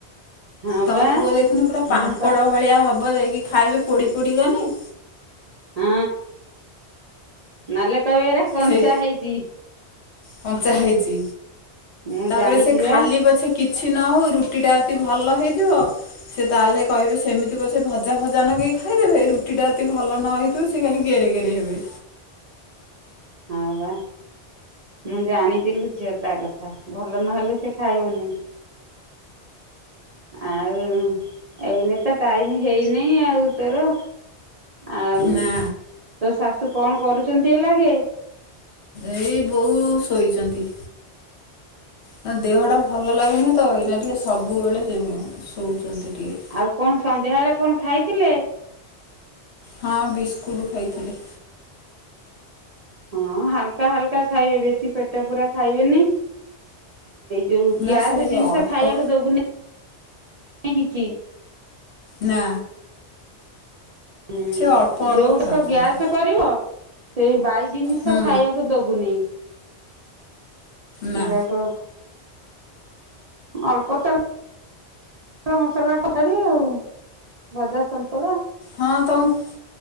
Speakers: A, on the right (about 50°); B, on the left (about 75°).
A: ହଁ
B: ତମ
A: ପା
B: ପୁଅ ଦେଖୁନ ପୁରା ପାମ୍ପଡ
A: ମୁଁ ପା
B: ଭଳିଆ ହବ ଯାଇକି ଖାଇବେ ପୋଡି ପୋଡି ଗନେ।
A: ହଁ ନହେଲେ କହିବ କଞ୍ଚା
B: ସେଇ
A: ହେଇଛି।
B: କଞ୍ଚା ହେଇଛି
A: ମୁଁ
B: ତାପରେ
A: ଜାଣିଛି
B: ସେ ଖାଲି
A: ବା
B: ପଛେ କିଛି ନ ହେଉ ରୁଟିଟା ଅତି ଭଲ ହେଇଥିବ ସେ ତାହେଲେ କହିବେ ସେମିତି ପଛେ ଭଜା ଭଜା ନକି ଖାଇଦେବେ ରୁଟିଟା ଏ ଭଲ ନହଇ ତ ସେ ଖାଲି ଘେରେ ଘେରେ ହେବେ।
A: ହଁଉ ବା ମୁଁ ଜାଣିଥିଲି ଝିଅ ତା କଥା ଭଲ ନହେଲେ ସେ ଖାଇବନି। ଆଉ ଏଇନେ ତ ଟାଇମ ହେଇନିଁ ଆଉ ତୋର। ଆଉ
B: ନା
A: ତୋ ଶାଶୁ କଣ କରୁଛନ୍ତି ହେଲାଗେ।
B: ଏଇ ବୋଉ ଶୋଇଛନ୍ତି। ନା ଦେହଟା ଭଲ ଲାଗୁନି ତ ଏଇନା ଟିକେ ସବୁବେଳେ ଶୋଉଛନ୍ତି ଟିକେ
A: ଆଉ କଣ ସନ୍ଧ୍ୟା ବଳେ କଣ ଖାଇଥିଲେ?
B: ହଁ ବିସ୍କୁଟ ଖାଇଥିଲି।
A: ହଁ ହାଲକା ହାଲକା ଖାଇବେ ବେଶୀ ପେଟ ପୂରା ଖାଇବେନି। ଯଉ ଗ୍ୟାସ୍
B: ନା ସେ
A: ଜିନିଷ
B: ଅଳ୍ପ
A: ଖାଇବାକୁ ଦେବୁନି କିଛି
B: ନା।
A: ହୁଁ
B: ସେ ଅଳ୍ପ
A: ଯୋଉ
B: ଅଳ୍ପ
A: ଗୁଡାକ
B: ଖାଉଛନ୍ତି
A: ଗ୍ୟାସ କରିବ ସେଇ ବାଇ ଜିନିଷ
B: ହୁଁ
A: ଖାଇବାକୁ ଦବୁନି ସେଟାକ
B: ନା
A: ଅଳ୍ପ ତା ଭଲ ମସଲା କି ଆଉ ଭଜା ସନ୍ତୁଳା
B: ହଁ ତମ